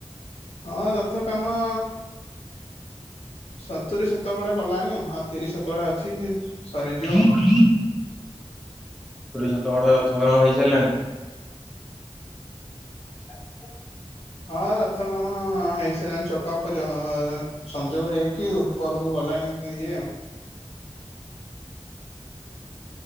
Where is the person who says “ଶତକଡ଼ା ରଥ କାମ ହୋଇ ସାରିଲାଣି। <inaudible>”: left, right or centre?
Centre